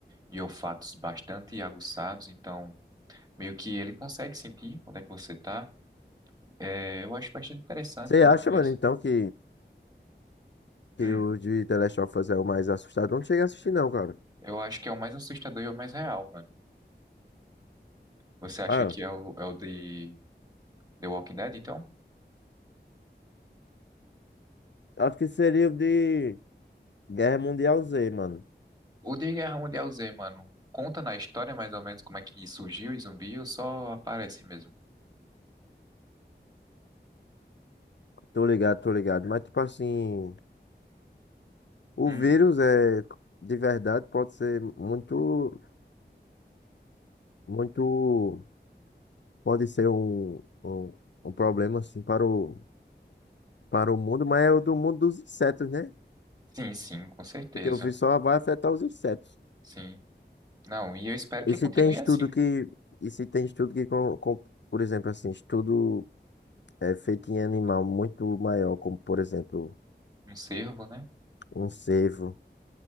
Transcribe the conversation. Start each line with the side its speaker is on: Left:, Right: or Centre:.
Right: e olfatos bastante aguçados. Então, meio que ele consegue sentir onde é que você tá. É, eu acho bastante interessante
Left: Você
Right: e tudo
Left: acha,
Right: mais.
Left: mano, então, que, que
Right: Hum.
Left: o de The Last of Us é o mais assustador? Não cheguei a assistir, não, cara.
Right: Eu acho que é o mais assustador e o mais real, mano. Você acha
Left: Ah,
Right: que é o, é o de The Walking Dead, então?
Left: acho que seria o de Guerra Mundial Z, mano.
Right: O de Guerra Mundial Z, mano, conta na história mais ou menos como é que surgiu o zumbi ou só aparece mesmo?
Left: Tô ligado, tô ligado. Mas, tipo assim. O
Right: Hum,
Left: vírus é de verdade pode ser muito, muito, pode ser um, um, um problema assim para o, para o mundo, mas é o do mundo dos insetos, né?
Right: sim, sim, com certeza.
Left: Porque o vírus só vai afetar os insetos.
Right: Sim. Não, e eu espero que
Left: E se
Right: continue
Left: tem estudo
Right: assim.
Left: que, e se tem estudo que, com, com- por exemplo, assim, estudo é, feito em animal muito maior, como por exemplo
Right: Um servo, né?
Left: um cervo